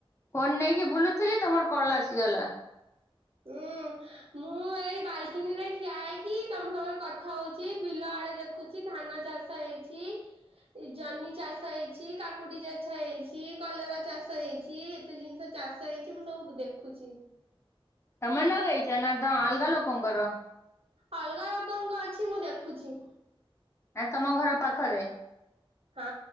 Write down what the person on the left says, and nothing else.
ଫୋନ ନେଇକି ବୁଲୁଥିଲି ତମର କଲ ଆସିଗଲା।
ତମେ ନଗେଇଚ ନାଁ ତ ଅଲଗା ଲୋକଙ୍କର।
ନାଇଁ ତମ ଘର ପାଖରେ।